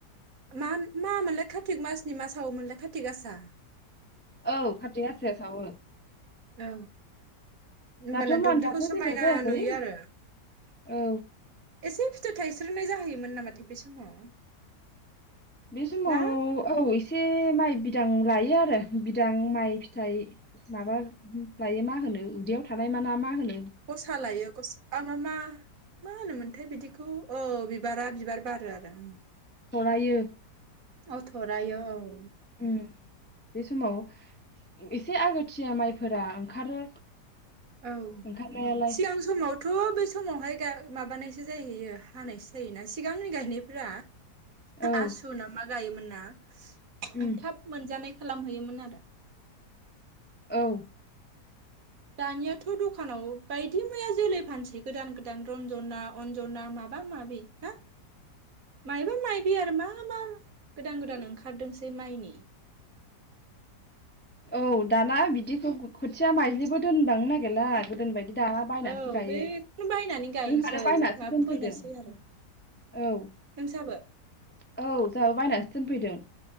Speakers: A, on the right; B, on the left.
A: मा मा मोनलाय खाथिक मासनि मा मासाव मोनलाय खाथिक थिगासा
B: औ खाथि गासाया सावो।
A: औ होमबाना
B: दाथ' मा
A: दुब्लिखौ
B: दाथ'
A: समायना
B: जेबो जायाखै
A: नुयो आरो
B: औ
A: एसे <unintelligible> थाइस्रोनाय जाहैयोमोन नामाथाय बे समाव?
B: बे समाव
A: ना
B: औ एसे से माइ बिदां लायो आरो बिदां माइ फिथाइ माबा लायो मा होनो उदैयाव थानाय माना मा होन
A: गसा लायो गस आ मा मा मा होनोमोनथाय बिदिखौ औ बिबारा बिबार बारो आरो।
B: थरायो
A: औ थरायो औ <inaudible>
B: उम बे समाव एसे आगोथिया माइफोरा ओंखारो।
A: औ
B: ओंखारनायालाय
A: सिगां समावथ' बे समावहाय गाय माबानायसो जाहैयो हानायसो जायोना सिगांनि गायनायफ्रा
B: औ
A: आसु ना मा गायोमोन ना? <inaudible>
B: उम
A: थाब मोनजानाय खालाम हैयोमोन आरो।
B: औ
A: दानियाथ' दखानाव बायदि मैया जोलै फानसै गोदान गोदान रन्जना अन्जना माबा माबि ना मायबा माइबि आरो मा मा गोदान गोदान ओं ओंखारदोंसै माइनि
B: औ दाना बिदिखौ खोथिया माइज्लिबो दोनबांनो नागिरला गोदोनि बायदि दा बायनासो
A: औ
B: गायो
A: बेखौनो बायनानै
B: जोंहानो
A: गायनोसै
B: बायनासो
A: मा
B: दोनफैदों
A: फोनोसै
B: औ
A: आरो
B: औ
A: नोंसाबो
B: जोंहाबो बायनासो दोनफैदों।